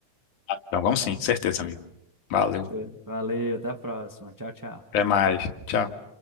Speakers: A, on the left; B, on the right.
A: Então vamos sim, certeza, amigo. Valeu.
B: Pois, Valeu, até a próxima. Tchau, tchau.
A: Até mais. Tchau.